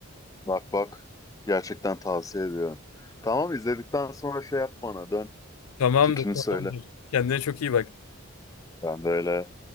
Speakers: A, on the left (about 15°); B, on the left (about 80°).
A: Bak bak gerçekten tavsiye ediyorum. Tamam izledikten sonra şey yap bana dön
B: Tamamdır,
A: fikrini
B: tamamdır.
A: söyle.
B: Kendine çok iyi bak.
A: Ben de öyle